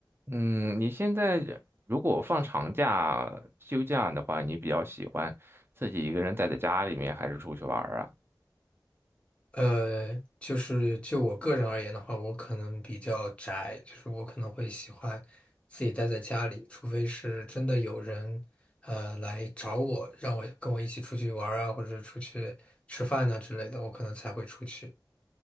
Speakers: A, on the right (about 30°); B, on the left (about 15°).
A: 嗯，你现在如果放长假、休假的话，你比较喜欢自己一个人待在家里面，还是出去玩儿啊？
B: 呃，就是就我个人而言的话，我可能比较宅，就是我可能会喜欢自己待在家里，除非是真的有人呃来找我，让我跟我一起出去玩儿啊，或者是出去吃饭呐、之类的，我可能才会出去。